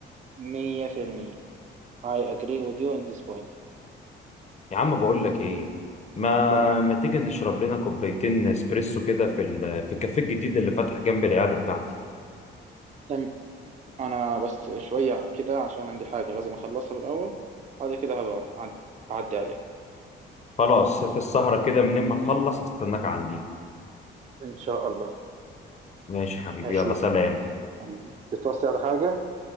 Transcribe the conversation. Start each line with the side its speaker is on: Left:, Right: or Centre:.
Right: 100% I agree with you in this point
Left: يا عم بقول لك ايه ما
Right: قل.
Left: ما تيجي نشرب لنا كوبايتين اسبريسو كده في ال... في الكافيه الجديد اللي فتح جنب العيادة بتاعتي
Right: تم انا بس شويه كده عشان عندي حاجه لازم اخلصها بالاول هذا كده هبقى أعد- اعدي عليك
Left: خلاص في السهرة كده منين ما تخلص هستناك عندي
Right: ان شاء الله
Left: ماشي يا حبيبي
Right: اشوفك
Left: يلا سلام
Right: حبيبي بتوصي على حاجة